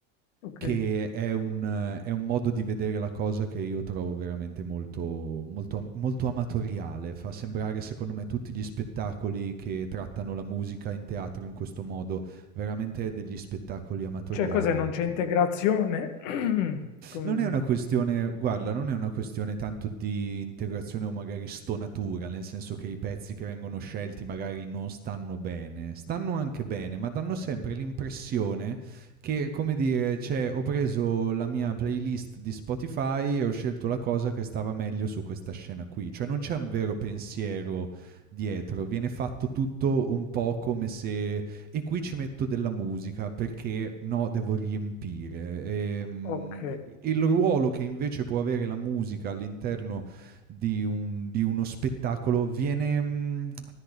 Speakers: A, on the left; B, on the right.
A: Ok.
B: che è un, eh, è un modo di vedere la cosa che io trovo veramente molto, molto, am- molto amatoriale. Fa sembrare, secondo me, tutti gli spettacoli che trattano la musica in teatro in questo modo veramente degli spettacoli amatoriali.
A: Cioè, cos'è? Non c'è integrazione? <clears throat> Com-
B: Non è una questione guarda, non è una questione tanto di integrazione o magari stonatura, nel senso che i pezzi che vengono scelti magari non stanno bene. Stanno anche bene, ma danno sempre l'impressione che, come dire, cioè ho preso la mia playlist di Spotify e ho scelto la cosa che stava meglio su questa scena qui. Cioè non c'è un vero pensiero dietro, viene fatto tutto un po' come se e qui ci metto della musica perché no, devo riempire. Ehm,
A: ok.
B: il ruolo che invece può avere la musica all'interno di, un- di uno spettacolo viene, mm,